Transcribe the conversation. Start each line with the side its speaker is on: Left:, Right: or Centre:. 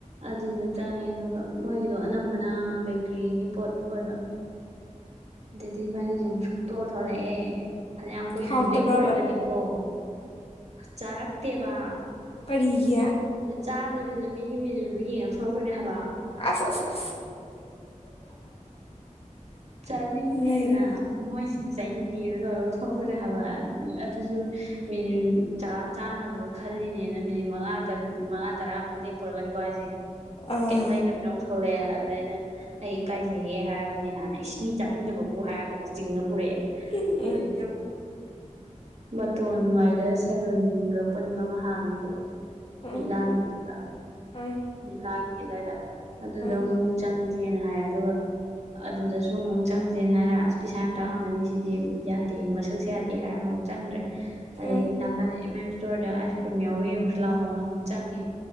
Right: ꯑꯗꯨꯗ ꯆꯪꯉꯦ ꯑꯗꯨꯒ ꯃꯣꯏꯒꯤꯗꯣ ꯑꯅꯝꯕꯅ ꯕꯦꯀꯔꯤꯒꯤ ꯄꯣꯠ ꯑꯣꯏꯕ꯫ ꯗꯗꯤ ꯏꯕꯅꯤꯁꯤ ꯑꯃꯨꯛ ꯁꯨꯛꯇꯣꯛꯑ ꯊꯣꯛꯂꯛꯑꯦ꯫ ꯐꯅꯌꯥꯝ ꯀꯨꯏꯅꯁꯨ
Left: ꯍꯥꯎꯇꯕ꯭ꯔꯕ
Right: ꯂꯦꯞꯄꯨꯔꯕꯅꯤꯀꯣ ꯆꯥꯔꯛꯇꯦꯕ꯫
Left: ꯀꯥꯔꯤꯒꯤ꯫
Right: ꯆꯥꯗꯕꯤꯗ ꯃꯤꯒꯤ ꯃꯤꯅꯗꯨ ꯌꯦꯡꯉꯒ ꯊꯣꯛꯂꯛꯇꯣꯏꯅꯦ ꯍꯥꯏꯕ꯫
Left: ꯑꯁ ꯑꯁ꯫
Right: ꯆꯥꯅꯤꯡꯗꯦꯅ
Left: ꯅꯩꯔꯦ
Right: ꯃꯣꯏꯁꯤꯗꯤ ꯆꯥꯅꯤꯡꯗꯦꯗ ꯇꯧꯔꯒ ꯊꯣꯛꯔꯛꯇꯣꯏꯅꯦ ꯍꯥꯏꯕ ꯑꯗꯨꯁꯨ꯫ ꯃꯤꯅꯨ ꯆꯥꯅꯕꯗꯣ ꯈꯜꯂꯤꯅꯦꯅ ꯃꯤꯅꯤꯠ ꯃꯉꯥ ꯇꯔꯨꯛ ꯃꯉꯥ ꯇꯔꯥꯃꯨꯛ ꯂꯦꯞꯄꯨꯔꯒꯅꯤꯀꯣ ꯍꯥꯏꯁꯦ꯫
Left: ꯑꯥ
Right: ꯀꯩꯝ ꯂꯩꯇꯗꯕꯤꯗ ꯑꯃꯨꯛ ꯊꯣꯛꯂꯛꯑꯦ ꯑꯗꯨꯗ ꯑꯩꯅ ꯑꯩ ꯏꯀꯥꯏꯖꯩꯍꯦ ꯍꯥꯏꯔꯒ ꯅꯦꯍꯥꯅ ꯏꯁ ꯃꯤ ꯆꯥꯅꯤꯡꯗꯕꯕꯨ ꯍꯥꯏꯔꯒ ꯑꯃꯨꯛ ꯆꯤꯡꯉ ꯄꯨꯔꯛꯑꯦ
Left: ꯎꯝ
Right: ꯑꯗꯩꯒꯤ ꯑꯃꯨꯛ꯫ ꯃꯇꯣꯟ ꯋꯥꯏꯗ ꯁꯦꯂꯨꯟꯒ ꯄꯨꯟꯕ ꯑꯃ ꯍꯥꯡꯉꯤꯕꯗꯣ꯫
Left: ꯎꯝ
Right: ꯂꯤꯛꯂꯥꯒꯤ ꯃꯊꯛꯇ
Left: ꯎꯝ
Right: ꯂꯤꯛꯂꯥꯒꯤ ꯑꯗꯨꯋꯥꯏꯗ ꯑꯗꯨꯗ
Left: ꯎꯝ
Right: ꯑꯃꯨꯛ ꯆꯪ <unintelligible> ꯍꯥꯏꯔꯦ ꯑꯗꯨꯒ ꯑꯗꯨꯗꯁꯨ꯫ ꯑꯗꯨ ꯑꯃꯨꯛ ꯆꯪꯁꯦꯅ ꯍꯥꯏꯅ ꯑꯁ ꯄꯤꯁꯥꯏ ꯌꯥꯝ ꯇꯥꯡꯉꯝꯃꯅꯤ ꯁꯤꯗꯤ ꯌꯥꯗꯦ ꯃꯁꯛꯁꯦ ꯌꯥꯗꯦ ꯍꯥꯏꯔꯒ ꯑꯃꯨꯛ ꯆꯪꯗ꯭ꯔꯦ꯫ ꯑꯗꯒꯤ
Left: ꯎꯝ
Right: ꯅꯥꯀꯟꯗ ꯑꯦꯝ ꯑꯦꯝ ꯏꯁꯇꯣꯔꯗ ꯑꯥꯏꯁ ꯀ꯭ꯔꯤꯝ ꯌꯥꯎꯕ ꯌꯦꯡꯉꯨꯁꯤ ꯂꯥꯎꯅ ꯑꯃꯨꯛ ꯆꯪꯉꯦ꯫